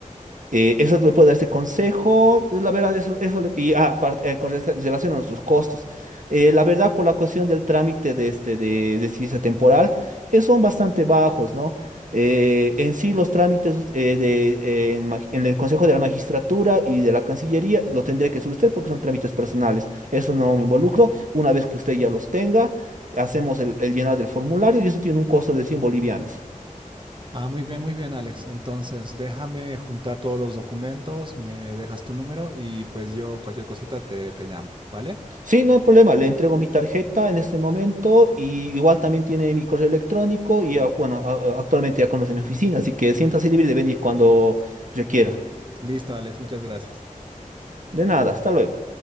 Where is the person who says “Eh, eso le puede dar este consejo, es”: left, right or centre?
Right